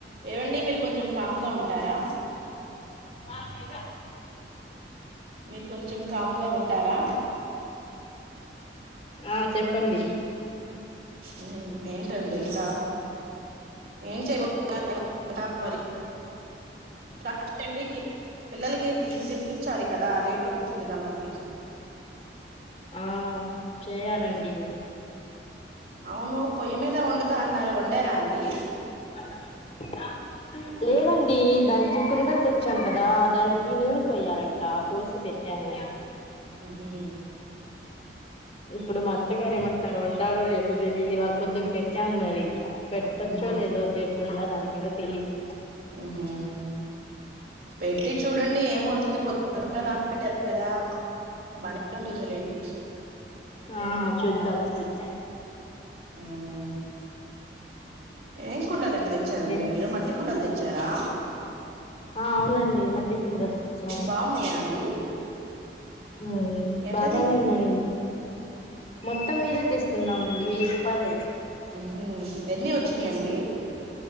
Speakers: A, on the right; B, on the left.
A: ఏవండీ మీరు కొంచెం కామ్గా ఉంటారా
B: మామయ్య
A: మీరు కొంచెం కామ్గా ఉంటారా
B: ఆ చెప్పండి
A: ఉ ఏంటండీ ఇంకా ఏం చేయబోతున్నారు వంట మరి కాదండీ పిల్లలకి తినిపించాలి కదా లేటు అవుతుందిగా మళ్ళీ
B: ఆ చేయాలండి
A: అవును పొయ్యి మీద వండుతా అన్నారు వండరా అండి
B: మాసాలాలు లేదండీ దానికి కుందన్ తెచ్చాం కదా దానికి నూనె పోయారంటా పోసి పెట్టాను
A: ఉహూ
B: ఇప్పుడు మా అత్తగారు ఏమంటారో వండాలో లేదో తెలీదు ఇవాళ పొద్దున పెట్టాను మరి పెట్టొచ్చో
A: ఉహు
B: లేదో తేకుండా దాని మీద తెలిదు
A: ఉహు పెట్టి చూడండి ఏమవుతుంది పొద్దున అనగా నాన బెట్టారు గదా బానే ఉంటుందిలేండి
B: ఆ చూద్దం చూద్దం
A: ఉమ్ ఏం కుండ లండి తెచ్చారండి
B: ఇంకేంటి
A: మీరు మట్టి కుండలు తెచ్చారా
B: ఆ అవునండి మట్టి కుండలు తెచ్చాము
A: బాగున్నాయా అండి
B: మ్
A: ఎంత
B: బాగానే ఉన్నాయండి మొత్తం మీదే తీసుకున్నామండి వెయ్యి రూపాయలు
A: ఉహూ ఎన్ని వచ్చినయండీ <inaudible>